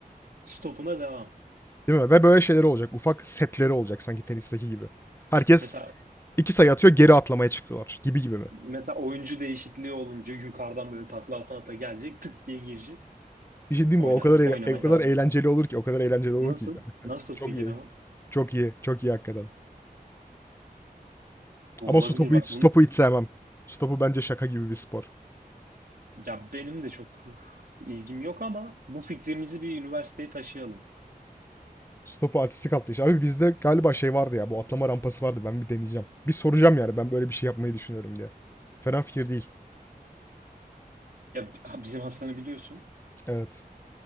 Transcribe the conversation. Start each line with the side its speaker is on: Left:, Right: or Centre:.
Right: stopuna devam.
Left: Değil mi? Ve böyle şeyler olacak. Ufak setleri olacak sanki tenisteki gibi. Herkes
Right: Mesela
Left: iki sayı atıyor, geri atlamaya çıkıyorlar gibi gibi mi?
Right: mesela oyuncu değişikliği olunca yukarıdan böyle takla ata ata gelecek tık diye girecek.
Left: Bir şey diyeyim
Right: Oyna,
Left: mi? O kadar eğle-
Right: oynamaya
Left: o kadar
Right: devam.
Left: eğlenceli olur ki, o kadar eğlenceli olur
Right: Nasıl?
Left: ki izlemesi.
Right: Nasıl
Left: Çok
Right: fikir
Left: iyi.
Right: ama?
Left: Çok iyi. Çok iyi hakikaten.
Right: Bu
Left: Ama
Right: olabilir
Left: su topu
Right: bak
Left: hiç, su
Right: bunu
Left: topu hiç sevmem. Su topu bence şaka gibi bir spor.
Right: ya benim de çok ilgim yok ama bu fikrimizi bir üniversiteye taşıyalım.
Left: Stopu artistik attı işte. Abi bizde galiba şey vardı ya. Bu atlama rampası vardı. Ben bir deneyeceğim. Bir soracağım yani. Ben böyle bir şey yapmayı düşünüyorum diye. Fena fikir değil.
Right: Ya b- bizim Hasan'ı biliyorsun.
Left: Evet.